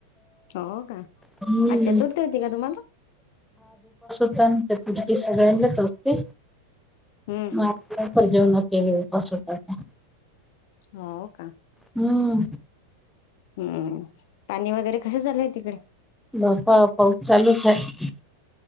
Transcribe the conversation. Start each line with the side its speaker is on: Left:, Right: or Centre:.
Left: हो का
Centre: हम्म.
Left: अच्छा. तुरत होती का तुम्हाला.
Centre: त्यापडकी सगळ्यांनाच आवडते.
Left: हम्म
Centre: मगजेव
Left: हम्म
Centre: न के <unintelligible> सता
Left: हो का
Centre: हम्म.
Left: हम्म पाणी वगैरे कसं चालूय तिकडे?
Centre: बपा फोन चालूच हाय..